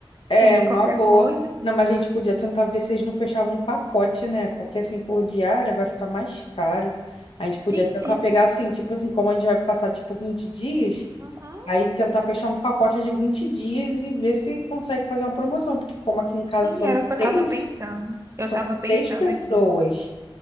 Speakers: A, on the left; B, on the right.
A: É,
B: Que aí
A: uma
B: qualquer
A: boa.
B: coisa.
A: Não, mas a gente podia tentar ver se eles não fechavam um pacote, né? Porque assim, por diária vai ficar mais caro. A gente podia
B: Sim,
A: tentar
B: sim.
A: pegar assim, tipo assim, como a gente vai passar tipo 20 dias,
B: Uhum,
A: aí tentar fechar um pacote de 20 dias e ver se consegue fazer uma promoção. Porque como aqui em casa
B: sim,
A: são
B: era o que eu tava
A: seis,
B: pensando. Eu
A: são
B: tava
A: seis
B: pensando
A: pessoas,
B: aqui.